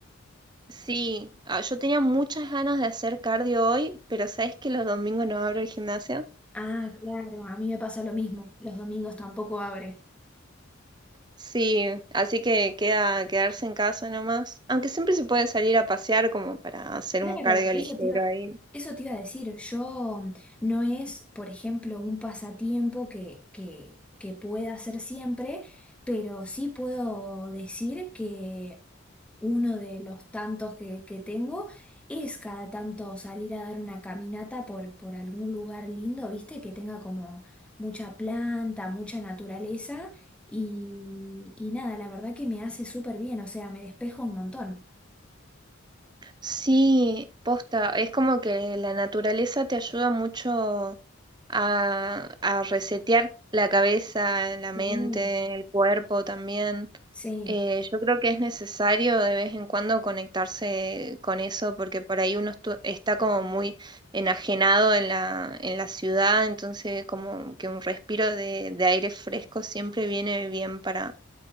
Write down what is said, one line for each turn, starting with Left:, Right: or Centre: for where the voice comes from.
Right: Sí, ah, yo tenía muchas ganas de hacer cardio hoy, pero ¿sabes que los domingos no abro el gimnasio?
Centre: Ah, claro, a mí me pasa lo mismo. Los domingos tampoco abre.
Right: Sí, así que queda quedarse en casa nomás. Aunque siempre se puede salir a pasear como para hacer
Centre: Claro,
Right: un cardio
Centre: eso
Right: ligero
Centre: te iba,
Right: ahí.
Centre: eso te iba a decir. Yo mm, no es, por ejemplo, un pasatiempo que, que, que pueda hacer siempre, pero sí puedo decir que uno de los tantos que, que tengo es cada tanto salir a dar una caminata por, por algún lugar lindo, ¿viste? Que tenga como mucha planta, mucha naturaleza y, y nada, la verdad que me hace súper bien, o sea, me despejo un montón.
Right: Sí, posta, es como que la naturaleza te ayuda mucho a, a resetear la cabeza, la
Centre: Sí.
Right: mente, el cuerpo también.
Centre: Sí.
Right: Eh, yo creo que es necesario de vez en cuando conectarse con eso porque por ahí uno estu- está como muy enajenado en la, en la ciudad, entonces como que un respiro de, de aire fresco siempre viene bien para,